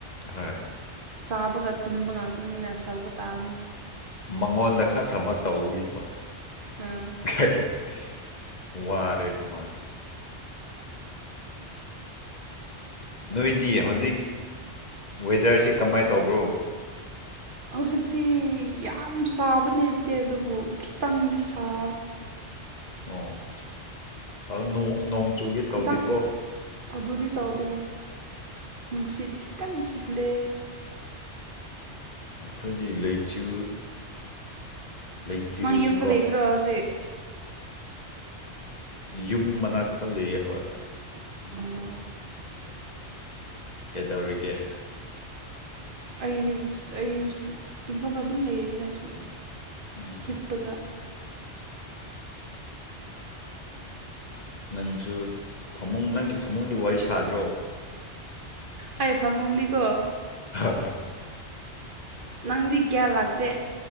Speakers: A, on the left (about 40°); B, on the right (about 50°).
A: ꯍꯣꯏ
B: ꯆꯥꯕꯒ ꯇꯨꯝꯕ ꯉꯥꯛꯇꯅꯤꯅ ꯁꯧꯕ ꯇꯥꯕꯅꯤ
A: ꯃꯉꯣꯟꯗ ꯈꯛ ꯊꯕꯛ ꯇꯧꯕꯒꯤꯀꯣ
B: ꯎꯝ
A: <unintelligible> ꯋꯥꯔꯦꯕꯃꯥ ꯅꯣꯏꯗꯤ ꯍꯧꯖꯤꯛ ꯋꯦꯗꯔꯁꯤ ꯀꯃꯥꯏ ꯇꯧꯕ꯭ꯔꯣ
B: ꯍꯧꯖꯤꯛꯇꯤ ꯌꯥꯝ ꯁꯥꯕꯅꯦ ꯅꯠꯇꯦ ꯑꯗꯨꯕꯨ ꯈꯤꯇꯪꯗꯤ ꯁꯥꯢ
A: ꯑꯣ ꯑꯗꯨ ꯅꯣꯡ ꯅꯣꯡ ꯆꯨꯒꯦ ꯇꯧꯗꯦꯀꯣ
B: ꯈꯤꯇꯪ ꯑꯗꯨꯗꯤ ꯇꯧꯗꯦ ꯍꯣꯏ ꯅꯨꯡꯁꯤꯠ ꯈꯤꯇꯪ ꯁꯤꯠꯂꯦ
A: ꯑꯩꯈꯣꯏꯗꯤ ꯂꯩꯆꯤꯜ ꯂꯩꯆꯤꯜ
B: ꯅꯪ ꯌꯨꯝꯗ
A: ꯀꯣ
B: ꯂꯩꯗ꯭ꯔꯣ ꯍꯧꯖꯤꯛ
A: ꯌꯨꯝ ꯃꯅꯥꯛꯇ ꯂꯩꯌꯦ ꯍꯣꯢ
B: ꯑꯣ
A: ꯀꯩꯗꯧꯔꯤꯒꯦ
B: ꯑꯩ ꯑꯩ ꯇꯨꯝꯐꯝꯗ ꯑꯗꯨꯝ ꯂꯩꯔꯦꯗ ꯑꯩꯁꯨ
A: <inaudible>
B: ꯍꯤꯞꯄꯒ
A: ꯅꯪꯁꯨ ꯐꯃꯨꯡ ꯅꯪꯒꯤ ꯐꯃꯨꯡꯒꯤ ꯋꯥꯔꯤ ꯁꯥꯗ꯭ꯔꯣ <unintelligible>
B: ꯑꯩ ꯐꯃꯨꯡꯗꯤꯀꯣ
A: ꯍꯣꯏ ꯍꯣꯏ
B: ꯅꯪꯗꯤ ꯀꯌꯥ ꯂꯥꯛꯇꯦ